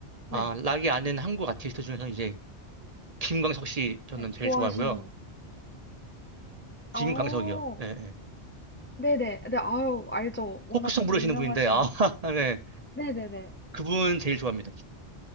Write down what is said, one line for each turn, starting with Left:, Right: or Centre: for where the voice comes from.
Left: 네.
Right: 아, 락이 아닌 한국 아티스트 중에서 이제 김광석 씨 저는
Left: 네
Right: 제일
Left: 좋아하시는
Right: 좋아하고요. 김광석이요.
Left: 어.
Right: 네. 네.
Left: 네네. 네, 아유, 알죠. 워낙
Right: 포크송
Left: 또
Right: 부르시는
Left: 유명하신.
Right: 분인데 아, <laughs> 네.
Left: 네네네.
Right: 그분 제일 좋아합니다.